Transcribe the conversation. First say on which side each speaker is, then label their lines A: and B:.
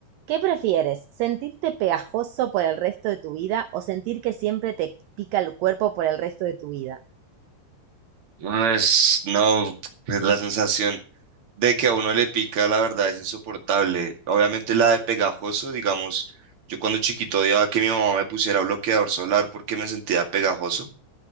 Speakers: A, on the right; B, on the right.
A: ¿Qué prefieres? ¿Sentirte pegajoso por el resto de tu vida o sentir que siempre te pica el cuerpo por el resto de tu vida?
B: No, es, no, pues la sensación de que a uno le pica, la verdad, es insoportable. Obviamente la de pegajoso, digamos, yo cuando chiquito odiaba que mi mamá me pusiera bloqueador solar porque me sentía pegajoso.